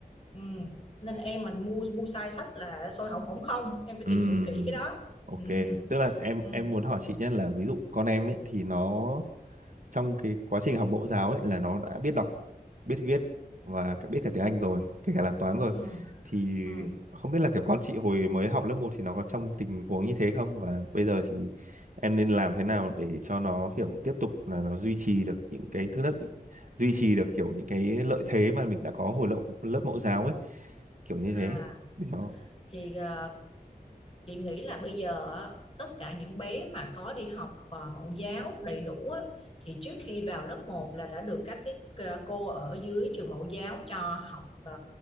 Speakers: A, on the left; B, on the right.
A: ừ. nên em mà mua mua sai sách là xôi hỏng bỏng không em phải
B: ừ
A: tìm hiểu kỹ cái đó
B: ok
A: ừ.
B: tức là em
A: Ừ.
B: em muốn hỏi chị nhất là ví dụ con em ấy thì nó trong cái quá trình học mẫu giáo ấy là nó đã biết đọc biết viết và cả- biết cả tiếng Anh rồi kể cả làm toán rồi
A: Ừ.
B: thì
A: Ừ.
B: không biết là kiểu con chị hồi mới học lớp một thì nó có trong tình huống như thế không và bây giờ thì em nên làm thế nào để cho nó kiểu tiếp tục là nó duy trì được những cái thứ nhất duy trì được kiểu những cái lợi thế mà mình đã có hồi lớp lớp mẫu giáo ấy kiểu như
A: À
B: thế để cho
A: thì à, chị nghĩ là bây giờ á, tất cả những bé mà có đi học à, mẫu giáo đầy đủ á, thì trước khi vào lớp một là đã được các cái à, cô ở dưới trường mẫu giáo cho học à,